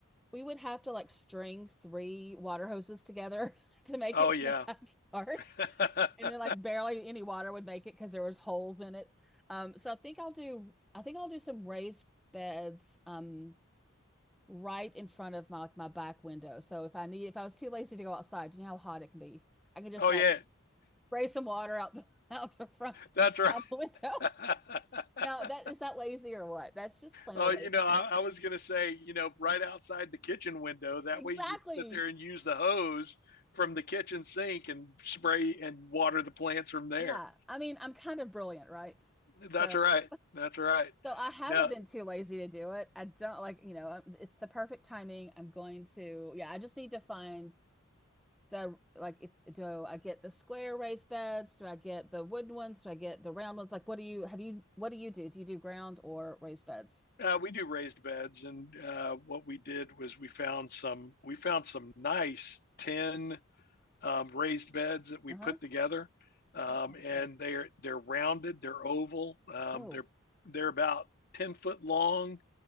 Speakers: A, in the centre; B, on the left.
A: we would have to like string three water hoses together <laughs> to make
B: Oh
A: it to
B: yeah.
A: the backyard,
B: <laughs>
A: and then like barely any water would make it because there was holes in it. Um, so I think I'll do. I think I'll do some raised beds. Um, right in front of my like my back window. So if I need if I was too lazy to go outside, you know how hot it can be. I can just
B: oh
A: like
B: yeah.
A: spray some water out the <laughs> out the front
B: That's right.
A: out the window.
B: <laughs>
A: <laughs> Now that is that lazy or what? That's just plain
B: Oh,
A: old
B: you
A: lazy.
B: know, I, I was going to say, you know, right outside the kitchen window.
A: <laughs>
B: That
A: Exactly.
B: way you'd sit there and use the hose from the kitchen sink and spray and water the plants from there.
A: Yeah. I mean, I'm kind of brilliant, right? So
B: That's right. That's right.
A: so I haven't
B: Now,
A: been too lazy to do it. I don't like, you know, um, it's the perfect timing. I'm going to, yeah, I just need to find the like if do I get the square raised beds? Do I get the wooden ones? Do I get the round ones? Like what do you have you what do you do? Do you do ground or raised beds?
B: Uh, we do raised beds, and uh, what we did was we found some we found some nice tin um, raised beds that we
A: Uh-huh.
B: put together, um,
A: Oh, that sounds
B: and
A: great.
B: they're they're rounded, they're oval, um,
A: Oh,
B: they're they're about ten foot long